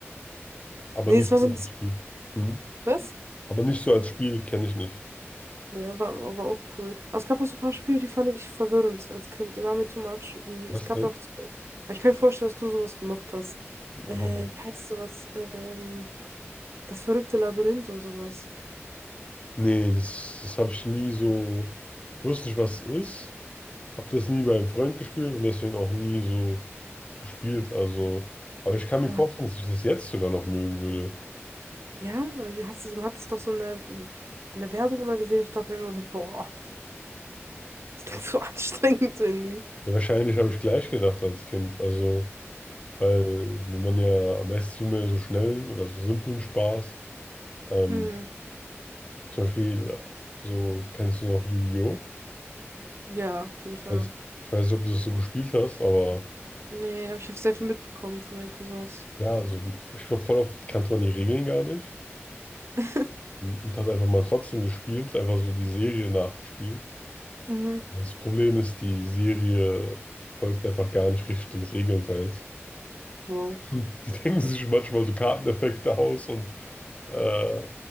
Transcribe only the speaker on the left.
aber
nicht
so
als Spiel. Hm?
Aber nicht so als Spiel kenne ich nicht.
Was
denn?
Hau
Nee, das, das habe ich nie so. Ich wusste nicht, was es ist. Habe das nie bei einem Freund gespielt und deswegen auch nie so gespielt. Also, aber ich kann mir
vorstellen, dass ich das jetzt sogar noch mögen würde.
Ja, wahrscheinlich habe ich gleich gedacht als Kind. Also, weil wenn man ja meistens will man ja so schnellen oder so simplen Spaß. Ähm,
zum Beispiel, äh, so kennst du noch Yu-Gi-Oh?
Weiß- Ich weiß nicht, ob du das so gespielt hast, aber
ja, also ich glaube, voll oft kannte man die Regeln gar nicht.
Und hat einfach mal trotzdem gespielt, einfach so die Serie nachgespielt.
Das Problem ist, die Serie folgt einfach gar nicht richtig den Regeln teils.
<laughs> Und Die denken sich manchmal so Karteneffekte aus und äh,